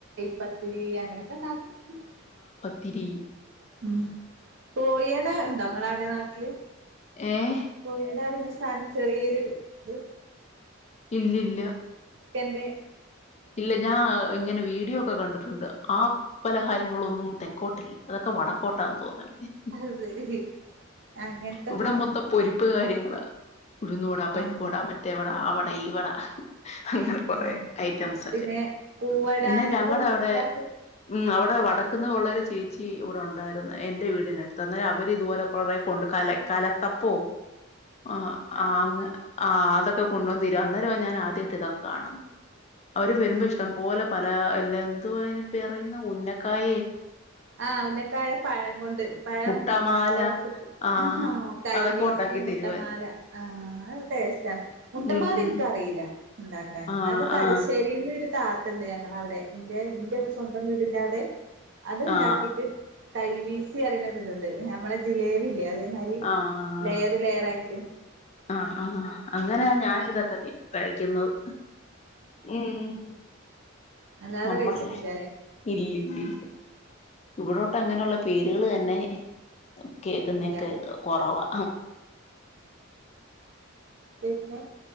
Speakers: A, on the right; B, on the left.
A: പത്തിരി അങ്ങനെ ക്കെണ്ടാക്കും
B: ഇത്തിരി
A: ഉം കോഴിയവിടെ ഉണ്ടോ നിങ്ങളെവിടെയാ നാട്ടില്
B: ഏഹ്
A: പോയ <unintelligible> <unintelligible> ചെറിയൊരു ഇത്
B: ഇല്ലില്ല
A: എന്തേ
B: ഇല്ല ഞാൻ ഇങ്ങനെ വീട്ടിൽ ഡിയോ ഒക്കെ കണ്ടിട്ടുണ്ട് ആ പലഹാരങ്ങളൊന്നും തെക്കോട്ടില്ല അതൊക്കെ ഒക്കെ വടക്കോട്ടാന്ന് തോന്നുന്ന് അല്ലേ
A: അത് ശരി അങ്ങനത്തൊക്കെ
B: ഇവിടെ
A: ഇണ്ടാക്കും
B: മൊത്തം പൊരിപ്പ് കാര്യങ്ങളാ ഉഴുന്നാ വട
A: ആഹ്
B: പരിപ്പുവട മറ്റേ വട ആ വട ഈ വട അങ്ങനെ കുറേ
A: ആഹ്
B: ഐ
A: ആഹ് പിന്നെ
B: ഒക്കെ
A: പൂവട
B: പിന്നെ
A: അങ്ങനത്തൊന്നും
B: ഞങ്ങടെ അവിടെ
A: ഇണ്ടാക്കി
B: ഉം അവിടെ വടക്കുന്നുള്ള ഒരു ചേച്ചി ഇവിടെ ഉണ്ടായിരുന്നു എന്റെ വീടിനടുത്ത് അന്നേരം അവര് ഇതുപോലെ കൊറെ കൊണ്ട് കല കലത്തപ്പോം ആഹ് അങ്ങ് ആഹ് അതൊ ഒക്കെ കൊണ്ടുന്നു തരും അന്നേരമാ ഞാൻ ആദ്യായിട്ട് ഇതൊക്കെ കാണുന്നെ അവര് വരുമ്പോ
A: ആഹ്
B: ഇഷ്ടം പോലെ പല ഇല്ല എന്ത് എന്തുവാ അതിനു പെറയുന്നെ ഉന്നക്കായയേ
A: ആഹ് ഉന്നക്കായ പഴം കൊണ്ട് പഴം
B: മുട്ടാമാല
A: ഒടച്ചിട്ട്
B: ആ
A: ആഹ് കൈവീസി
B: അതൊക്കെ ഉണ്ടാക്കി
A: മുട്ടമാല
B: തരുവായിരുന്നു
A: ആ ടേസ്റ്റ് ആണ് മുട്ടമാല
B: ഉം
A: എനിക്കറിയില്ല ഉണ്ടാക്കാൻ
B: ആ
A: അത് തലശ്ശേരിന്ന്
B: ആ
A: ഒരു താ എന്ത് ചെയ്യാന അവിടെ എന്റെ എന്റെ സ്വന്തം വീടിന്റെ അവിടെ അതുണ്ടാക്കിട്ട്
B: ആ
A: കൈവീസി അറിയതുണ്ട് നമ്മളെ ജിലേബില്ലേ അത് അ
B: ആ ആ
A: ലെയർ ലെയർ ആയിട്ടും
B: ആഹ് ആഹ് അങ്ങനെ ഞാൻ ഇതൊക്കെ തിന്ന കഴിക്കുന്നത് ഉം
A: അല്ലാതെ
B: നമ്മുടെ
A: കഴിച്ചിട്ടില്ലല്ലേ
B: ഇല്ലല്ലല്ല ഇവിടോട്ട് അങ്ങനെയുള്ള പേരുകൾ തന്നെ കേക്കു ന്നൊക്കെ
A: ഇല്ല
B: കൊറവാ
A: പിന്നെ